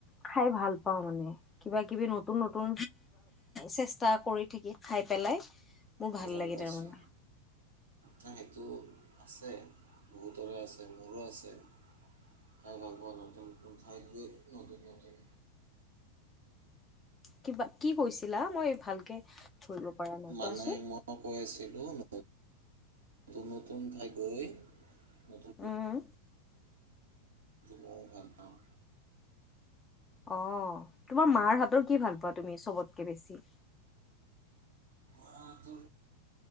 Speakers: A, on the left; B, on the right.
A: খাই ভাল পাওঁ মানে কিবা কিবি নতুন নতুন চেষ্টা কৰি থাকি খাই পেলাই মোৰ ভাল
B: গম
A: লাগে
B: পাইছোঁ
A: তাৰমানে
B: সেইটো, আছে বহুতৰে আছে মোৰো আছে খাই ভাল পোৱা নতুন নতুন ঠাইত গৈ নতুন নতুন
A: কিবা কি কৈছিলা মই ভালকে ধৰিব পৰা নাই
B: মানে
A: কোৱাচোন
B: মই কৈ আছিলো ন নতুন নতুন ঠাইত গৈ ম টো
A: উম
B: মই ভাল পাওঁ।
A: অ তোমাৰ মাৰ হাতৰ কি ভাল পোৱা তুমি চবতকে বেছি
B: আাৰাতো